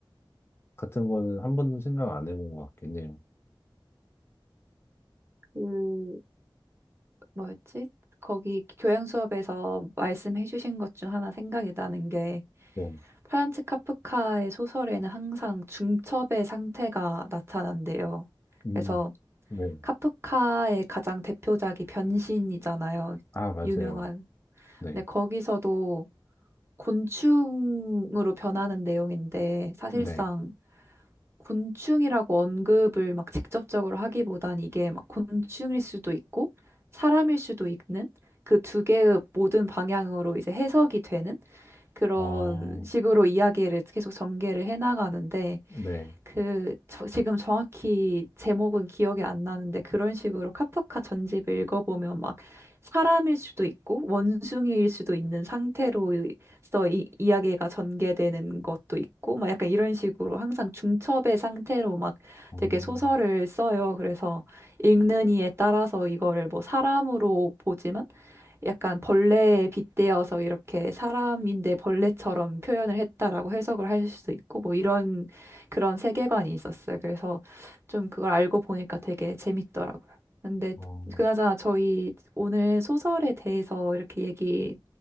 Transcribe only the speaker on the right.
그 뭐였지? 거기 교양 수업에서 말씀해 주신 것 중 하나 생각이 나는 게
프란츠 카프카의 소설에는 항상 중첩의 상태가 나타난대요.
그래서
카프카의 가장 대표작이 변신이잖아요.
유명한.
근데 거기서도 곤충으로 변하는 내용인데 사실상
곤충이라고 언급을 막 직접적으로 하기보단 이게 막 곤충일 수도 있고 사람일 수도 있는 그 두 개의 모든 방향으로 이제 해석이 되는 그런
식으로 이야기를 계속 전개를 해나가는데,
그, 저- 지금 정확히 제목은 기억이 안 나는데, 그런 식으로 카프카 전집을 읽어보면 막 사람일 수도 있고, 원숭이일 수도 있는 상태로서 이, 이야기가 전개되는 것도 있고, 막 약간 이런 식으로 항상 중첩의 상태로 막
되게 소설을 써요. 그래서 읽는 이에 따라서 이거를 뭐 사람으로 보지만, 약간 벌레에 빗대어서 이렇게 사람인데 벌레처럼 표현을 했다라고 해석을 할 수도 있고 뭐 이런 그런 세계관이 있었어요. 그래서 좀 그걸 알고 보니까 되게 재밌더라고요. 근데
그나저나 저희 오늘 소설에 대해서 이렇게 얘기,